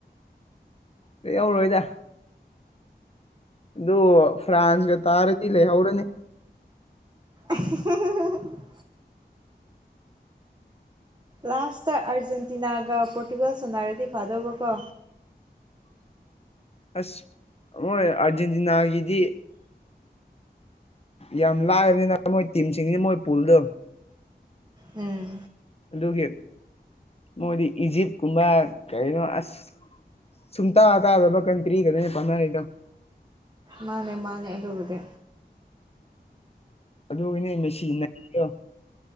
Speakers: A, on the left (about 35°); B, on the right (about 25°).
A: ꯂꯩꯍꯧꯔꯣꯏꯗ ꯑꯗꯨ ꯐ꯭ꯔꯥꯟꯁꯀ ꯇꯥꯔꯗꯤ ꯂꯩꯍꯧꯔꯅꯤ
B: <unintelligible> ꯂꯥꯁꯇ ꯑꯥꯔꯖꯦꯟꯇꯤꯅꯥꯒ ꯄꯣꯔꯇꯨꯒꯜ ꯁꯥꯟꯅꯔꯗꯤ ꯐꯥꯗꯧꯕ ꯀꯣ
A: ꯑꯁ ꯃꯣꯏ ꯑꯥꯔꯖꯦꯟꯇꯤꯅꯥꯒꯤꯗꯤ ꯌꯥꯝ ꯂꯥꯏꯕꯅꯤꯅ ꯃꯣꯏ ꯇꯤꯝꯁꯤꯡꯁꯤꯅ ꯃꯣꯏ ꯄꯨꯜꯗꯣ
B: ꯎꯝ
A: ꯑꯗꯨꯒꯤ ꯃꯣꯏꯗꯤ ꯏꯖꯤꯞꯀꯨꯝꯕ ꯀꯔꯤꯅꯣ ꯑꯁ ꯁꯨꯡꯇꯥꯇꯥꯥꯗꯕ ꯀꯟꯇ꯭ꯔꯤꯒꯅꯦ ꯄꯥꯅꯔꯤꯗꯣ
B: ꯃꯥꯅꯦ ꯃꯥꯅꯦ ꯑꯗꯨꯕꯨꯗꯤ
A: ꯑꯗꯨꯒꯤꯅꯦ ꯃꯦꯁꯤ ꯅꯩꯔꯤꯗꯣ